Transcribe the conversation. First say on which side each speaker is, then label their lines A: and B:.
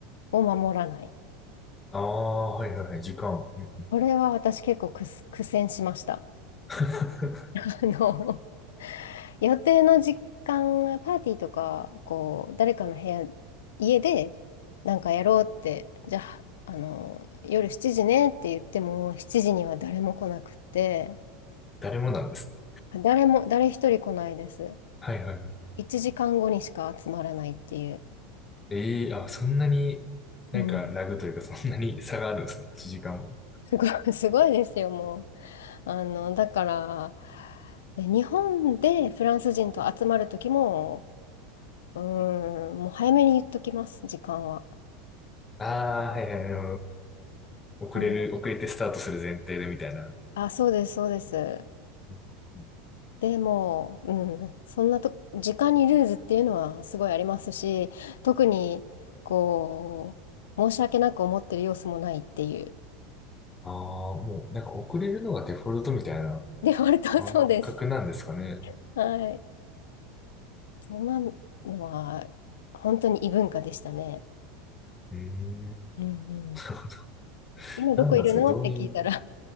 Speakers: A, on the left (about 85°); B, on the left (about 20°).
A: を守らない。
B: ああ、はいはいはい、時間。うん
A: これは私結構くす苦戦しました。
B: <laughs>
A: あの、予定の時間はパーティーとか、こう、誰かの部屋、家で、なんかやろうって、じゃあ、あの、夜7時ねって言っても、7時には誰も来なくて、
B: 誰もなんですね。
A: 誰も、誰一人来ないです。
B: はいはいはい。
A: 1時間後にしか集まらないっていう。
B: ええあ、そんなに、なんかラグというかそんなに差があるんですね。
A: うん。
B: 1時間も。
A: すごい、<laughs> すごいですよ、もう。あの、だから、ね日本でフランス人と集まるときも、うーん、もう早めに言っときます、時間は。
B: ああ、はいはい、なるほど。遅れる、
A: もう、
B: 遅れてスタートする前提でみたいな。
A: あ、そうです、そうです。
B: うんうん
A: でも、うん、そんなと、時間にルーズっていうのはすごいありますし、特に、こう、申し訳なく思ってる様子もないっていう、
B: ああ、もうなんか遅れるのがデフォルトみたいな
A: デフォルトはそうです。
B: 感覚なんですかね。
A: はい。そんなのは、本当に異文化でしたね。
B: えー、
A: うんうん。
B: <laughs>
A: 今どこいるのって聞いたら、
B: なんなんですかどういう、